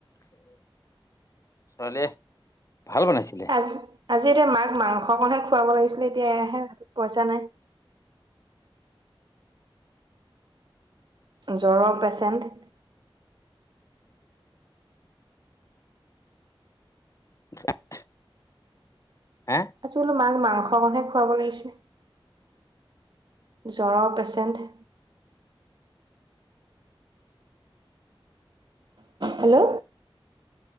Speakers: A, on the left; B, on the right.
A: ছোৱালী ভাল বনাইছিলে।
B: আজি এতিয়া মাক মাংসকনহে খুৱাব লাগিছিলে, এতিয়া এহে পইচা নাই। জ্বৰৰ পেচেণ্ট।
A: <unintelligible> হে?
B: আজি বোলো মাক মাংস বনাই খুৱাব লাগিছে। জ্বৰৰ পেচেণ্ট। হেল্ল'।